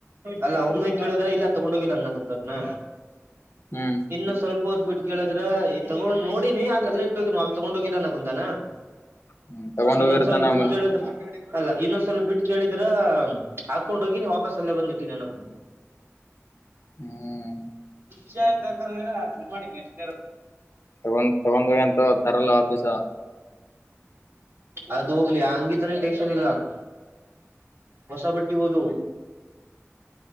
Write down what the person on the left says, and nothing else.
ಹ್ಮ್
ಹ್ಮ್ ತಗೊಂಡ್
ಹೋಗಿರ್ತಾನ
ಮನ್
ಹ್ಮ್
ತಗೊಂಡ್ ತಗೊಂಡೋಗ ಎಂತ ತರಲ್ಲ ಆಫೀಸ